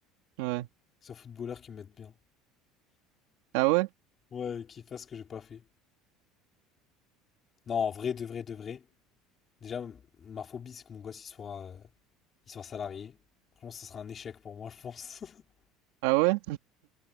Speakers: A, on the right; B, on the left.
A: Ouais.
B: c'est un footballeur qui me mette bien.
A: Ah ouais?
B: Ouais, qui fasse ce que j'ai pas fait. Non, en vrai, de vrai, de vrai. Déjà, ma phobie, c'est que mon gosse, il soit. euh, Ils soient salariés. Franchement, ce sera un échec pour moi, je pense. <laughs>
A: Ah ouais?